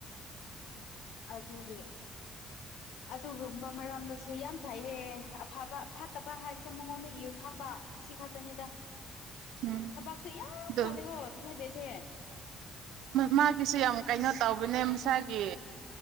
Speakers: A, on the left; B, on the right.
A: ꯎꯝ ꯑꯗꯨꯒꯤ ꯑꯗꯨꯒꯨꯝꯕ ꯃꯔꯝꯅꯁꯨ ꯌꯥꯝ ꯐꯩ ꯑꯦ ꯑꯐꯕ ꯐꯠꯇꯕ ꯍꯥꯏꯕꯁꯦ ꯃꯉꯣꯟꯗ ꯏꯌꯨ ꯊꯥꯛꯄ ꯁꯤ ꯈꯛꯇꯅꯦꯗ
B: ꯎꯝ
A: ꯊꯕꯛꯁꯨ ꯌꯥꯝ
B: ꯑꯗꯨ
A: ꯀꯥꯂꯦꯀꯣ ꯁꯤꯗ ꯍꯥꯏꯕꯤꯁꯦ
B: ꯃꯥꯒꯤꯁꯨ ꯌꯥꯝ ꯀꯩꯅꯣ ꯇꯧꯕꯅꯦ ꯃꯁꯥꯒꯤ